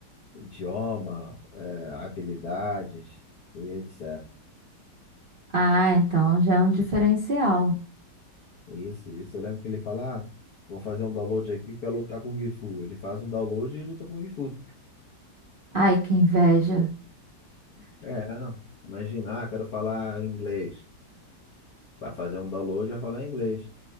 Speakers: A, on the left; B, on the right.
A: Idioma, eh, habilidades e etc.
B: Ah, então já é um diferencial.
A: Isso, isso. Eu lembro que ele fala, ah, vou fazer um download aqui, quero lutar com o Gifu. Ele faz um download e luta com o Gifu.
B: Ai, que inveja.
A: É, imaginar, quero falar inglês. Vai fazer um download e vai falar inglês.